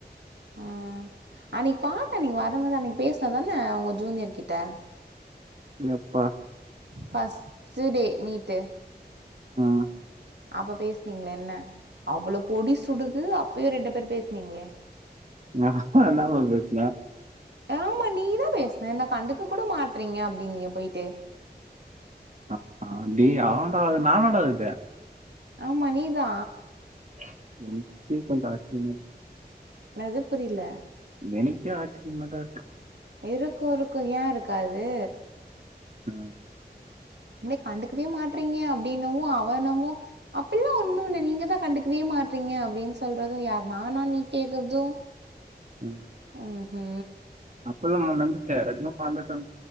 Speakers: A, on the right; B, on the right.
A: <inaudible>
B: ம் அன்னைக்கு பாத்தன் நீங்க வரும்போது அன்னைக்கு பேசுன தானே உங்க ஜூனியர் கிட்ட
A: எப்ப
B: ஃபஸ்டு டே மீட்டு
A: ம்
B: அப்ப பேசுனீங்கள என்ன அவ்வளோ பொடி சுடுது அப்பயு ரெண்டு பேர் பேசுனீங்களே
A: நா என்னப்பா பேசுனே
B: ஆமா நீதா பேசுன என்ன கண்டுக்கு கூட மாட்டுறீங்க அப்படின்னியே போயிட்டு
A: ஆமா டி அவன்டா அது நான்தாடா அது
B: ஆமா நீதா
A: <unintelligible>
B: என்னது புரியல
A: எனக்கே ஆச்சரியமா தா இருக்கு
B: இருக்கு இருக்கு ஏன் இருக்காது
A: அ
B: என்ன கண்டுக்கவே மாட்றீங்க அப்டின்னவு அவன் என்னவோ அப்பில்லா ஒன்னு இல்ல நீங்கதா கண்டுக்கவே மாட்றீங்க அப்டின்னு சொல்றது யார் நானா நீ கேக்குறது
A: ம்
B: ம்ஹு
A: அப்பிலாமா ஒன்னு நடந்துச்சு எல்லாத்தையு மறந்துட்டே